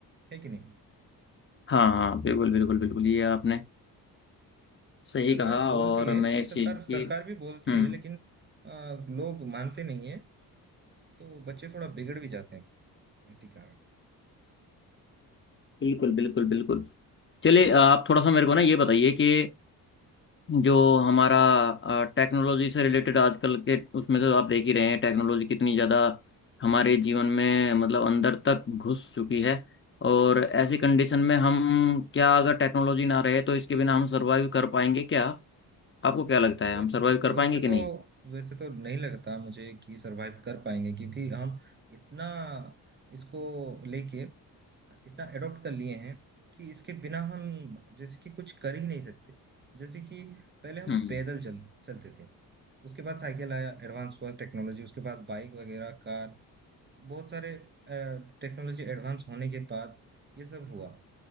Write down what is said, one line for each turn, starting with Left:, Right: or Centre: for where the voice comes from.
Right: है कि नहीं
Left: हाँ हाँ बिल्कुल बिल्कुल बिल्कुल ये आपने सही
Right: सरकार
Left: कहा
Right: बोलती
Left: और
Right: है
Left: मैं इस
Right: सरकार
Left: चीज़ की
Right: सरकार भी बोलती
Left: हम्म
Right: है लेकिन आ, लोग मानते नहीं है तो बच्चे थोड़ा बिगड़ भी जाते हैं इसी कारण
Left: बिल्कुल बिल्कुल बिल्कुल चलिए आप थोड़ा सा मेरे को ना ये बताइए कि जो हमारा टेक्नोलॉजी से रिलेटेड आजकल के उसमें तो आप देख ही रहे हैं टेक्नोलॉजी कितनी ज़्यादा हमारे जीवन में मतलब अंदर तक घुस चुकी है और ऐसी कंडीशन में हम क्या अगर टेक्नोलॉजी ना रहे तो इसके बिना हम सर्वाइव कर पाएंगे क्या आपको क्या लगता
Right: अब
Left: है
Right: वैसे
Left: हम सर्वाइव
Right: तो
Left: कर पाएंगे
Right: वैसे
Left: कि
Right: तो
Left: नहीं
Right: वैसे तो नहीं लगता मुझे कि सरवाइव कर पाएंगे क्योंकि हम इतना इसको लेके इतना एडॉप्ट कर लिए हैं कि इसके बिना हम जैसे कि कुछ कर ही नहीं सकते जैसे कि पहले हम
Left: हम्म
Right: पैदल चल चलते थे उसके बाद साइकिल आया एडवांस हुआ टेक्नोलॉजी उसके बाद बाइक वगैरह कार बहुत सारे टेक्नोलॉजी एडवांस होने के बाद ये सब हुआ